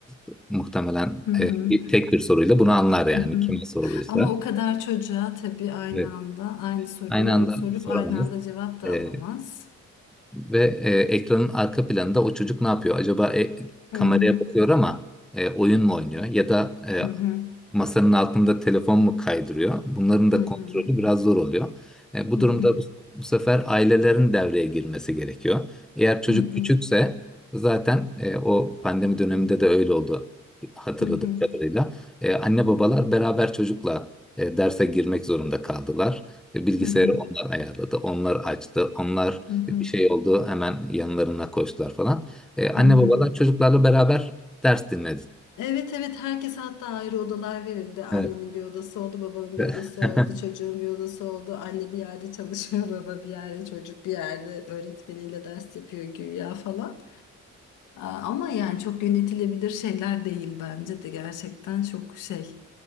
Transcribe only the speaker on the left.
Hı hı.
Hı hı.
Ama o kadar çocuğa tabii aynı
anda aynı soruyu
sorup
aynı anda cevap da
alamaz.
Hı hı.
Hı hı.
Hı hı.
Hı
hı.
Hı hı.
Hı hı.
Hı hı.
Hı hı.
Hı hı.
Evet evet herkes hatta ayrı odalar verildi. Annenin
bir odası oldu, babanın
bir odası oldu, çocuğun bir odası oldu. Anne bir yerde çalışıyor, <laughs> baba bir yerde, çocuk bir yerde öğretmeniyle ders yapıyor güya falan. Aa, Ama yani çok yönetilebilir şeyler değil bence de gerçekten çok şey